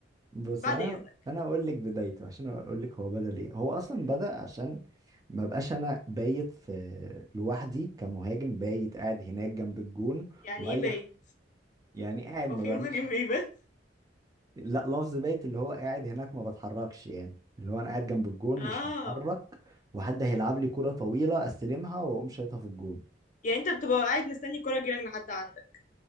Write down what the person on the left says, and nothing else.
بعد
اذنك
يعني
ايه بايت
هو
في
مهاجم
بيبات
اه
يعني انت بتبقى قاعد مستني الكرة تجيلك لحد عندك